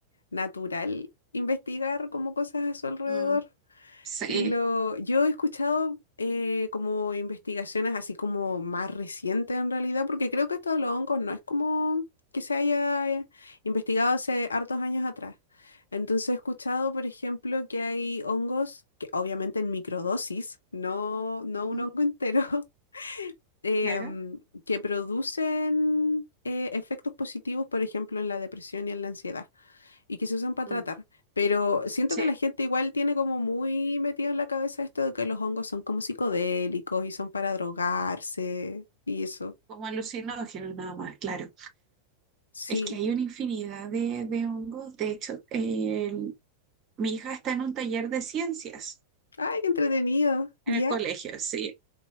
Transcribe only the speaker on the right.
mm, Sí,
ujú,
claro.
mm.
Sí,
como alucinógenos nada más, claro.
Es que hay una infinidad de, de hongos. De hecho, eh, mi hija está en un taller de ciencias
en el colegio, sí.